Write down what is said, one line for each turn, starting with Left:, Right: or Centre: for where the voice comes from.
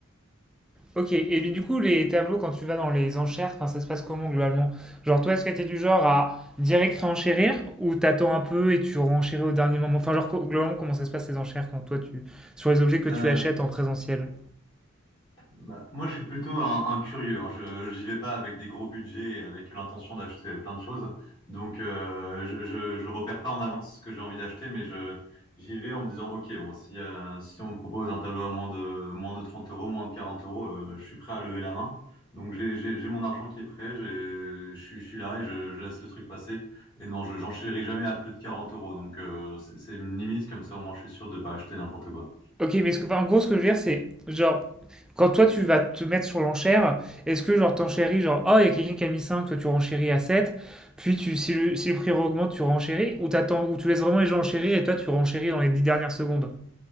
Centre: Ok, et bien du coup, les tableaux, quand tu vas dans les enchères, enfin, ça se passe comment globalement? Genre, toi, est-ce que t'es du genre à direct réenchérir ou t'attends un peu et tu renchéris au dernier moment? Enfin, genre, co- globalement, comment ça se passe les enchères quand toi, tu... sur les objets que
Left: Euh,
Centre: tu achètes en présentiel?
Left: Bah, moi, je suis plutôt un, un curieux. hein. Je j'y vais pas avec des gros budgets et avec l'intention d'acheter plein de choses. Donc, euh, je, je, je repère pas en avance ce que j'ai envie d'acheter, mais je j'y vais en me disant, ok, bon, si euh, si on me propose un tableau à moins de moins de 30 euros, moins de 40 euros, euh, je suis prêt à lever la main. Donc, j'ai j'ai j'ai mon argent qui est prêt. J'ai je suis je suis là et je, je laisse le truc passer. Et non, je j'enchéris jamais à plus de 40 euros. Donc, euh, c'est c'est une limite comme ça. Au moins, je suis sûr de pas acheter n'importe quoi.
Centre: Ok, mais ce que, enfin, en gros, ce que je veux dire, c'est genre, quand toi, tu vas te mettre sur l'enchère, est-ce que genre, t'enchéris, genre, oh, il y a quelqu'un qui a mis 5, toi, tu renchéris à 7, puis tu, si le, si le prix augmente, tu renchéris ou t'attends, ou tu laisses vraiment les gens enchérir et toi, tu renchéris dans les 10 dernières secondes?